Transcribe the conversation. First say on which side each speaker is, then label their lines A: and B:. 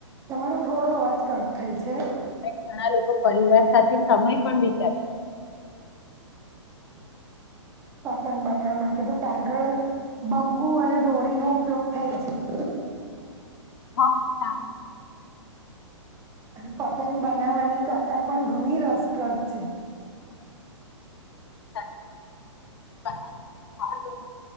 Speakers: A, on the right (about 20°); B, on the left (about 55°).
A: તમારો થોડો અવાજ કટ થાય છે.
B: ઘણા લોકો પરિવાર સાથે સમય પણ વિતાવે છે.
A: <inaudible> પતંગ બનાવવા માટે તો કાગળ બંબુ અને દોરીનો ઉપયોગ થાય છે. <inaudible>
B: હા ના
A: અને પતંગ બનાવવાની કલા પણ, ઘણી રસપ્રદ છે.
B: <inaudible> મહત્વ